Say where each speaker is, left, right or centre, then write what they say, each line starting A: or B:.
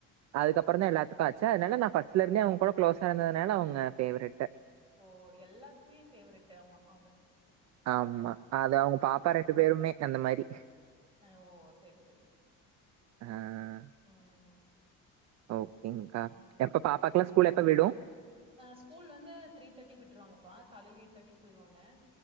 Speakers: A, on the right; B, on the right.
A: அதுக்கப்பறந்தா எல்லாத்துக்கு ஆச்சு அதனால நா ஃபஸ்ட்ல இருந்தே அவ்ங்க கூட க்ளோஸா இருந்ததுனால அவ்ங்க ஃபேவரெட்டு
B: ஓ எல்லாத்துக்குமே ஃபேவரெட்டு ஆமா அவ்ங்க
A: ஆமா அது அவ்ங்க பாப்பா ரெண்டு பேருமே அந்த மாரி
B: அ ஓ செரி செரி செரி
A: ஆ
B: ம்
A: ஓகேங்க்கா
B: ஆ ஓகே
A: எப்ப
B: அப்புறம்
A: பாப்பாக்குலா ஸ்கூல் எப்ப விடு
B: ஸ்கூல் வந்து த்ரீ தேர்டிக்கு விட்ருவாங்கப்பா காலைல எயிட் தேர்ட்டிக்கு போய்ருவாங்க